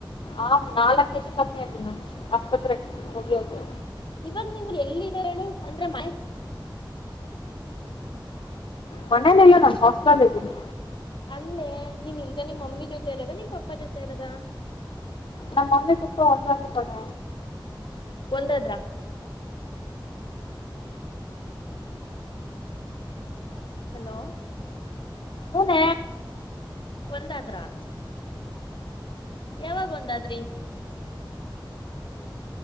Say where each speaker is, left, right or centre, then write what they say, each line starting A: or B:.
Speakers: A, on the left; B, on the left.
A: ಆ ನಾಲ್ಕ ಕೆ ಜಿ ಕಮ್ಮಿ ಆಯತ ಮ್ ಆಸ್ಪತ್ರೆ ಹದ ಹೌದುದು
B: ಇವಾಗ ನಿನ್ ಎಲ್ಲಿರ ಹೇಳು ಅಂದ್ರೆ ಮ
A: ಮನೇನಲ್ಲ ನಮ್ ಹಾಸ್ಟೆಲ್ ಇರ್ತೀನಿ
B: ಅಲ್ಲೇ ನೀನ್ ಈಗ ನಿಮ್ಮ್ ಮಮ್ಮಿ ಜೊತೆ ಇರೋದ ನಿಮ್ ಪಪ್ಪ ಜೊತೆ ಇರೋದ
A: ನಮ್ಮ ಮಮ್ಮೆ ಪಾಪಾ ಒಂದೇ ಕಡೆ
B: ಒಂದಾದ್ರ ಹಲೋ
A: ಹನ
B: ಒಂದಾದ್ರಾ ಯಾವಾಗ ಒಂದಾದ್ರಿ